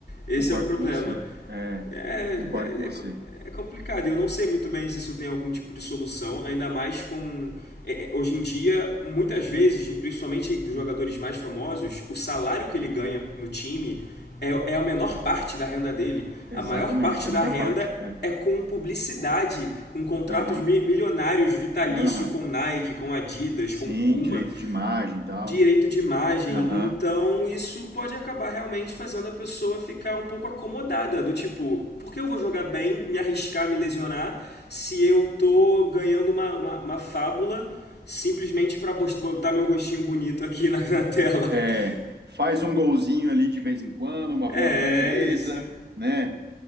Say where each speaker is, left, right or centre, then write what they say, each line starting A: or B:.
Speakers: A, on the left; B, on the right.
A: Esse
B: concordo
A: é o problema.
B: com você. É,
A: É,
B: concordo
A: é, é,
B: com você.
A: é complicado. Eu não sei muito bem se isso tem algum tipo de solução, ainda mais com. é, é, hoje em dia, muitas vezes, principalmente jogadores mais famosos, o salário que ele ganha no time é, é a menor parte da renda dele.
B: Exatamente,
A: A maior parte
B: é
A: da
B: a menor
A: renda
B: parte. É.
A: é com publicidade, com contratos
B: Aham,
A: mi- milionários vitalício
B: aham.
A: com Nike, com Adidas,
B: Sim,
A: com Puma
B: direito de imagem e tal.
A: direito de imagem,
B: Aham.
A: então isso pode acabar realmente fazendo a pessoa ficar um pouco acomodada, do tipo, por que eu vou jogar bem, me arriscar, me lesionar, se eu tô ganhando uma, uma, uma fábula simplesmente pra bos- botar meu rostinho bonito aqui na, na tela?
B: É,
A: <laughs>
B: faz um golzinho ali de vez em quando, uma
A: É,
B: boa defesa,
A: é isso.
B: né?